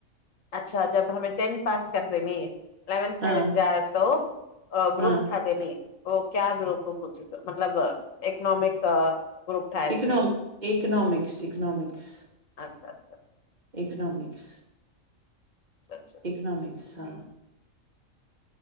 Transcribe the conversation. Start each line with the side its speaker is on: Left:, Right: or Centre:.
Left: اچھا جب ہمیں ٹینتھ پاس کرتے نہیں اونتھٹڈ
Right: ہاں
Left: جائے تو گروپ
Right: ہاں
Left: اٹھاتے نہیں وہ کیا گروہ کو پوچے س مطلب اکنامک گروپ تھا اس
Right: کن
Left: کی
Right: اکنامکس اکنامکس
Left: اچھا اچھا
Right: اکنامکس
Left: اچھا اچھا
Right: اکنامکس ہ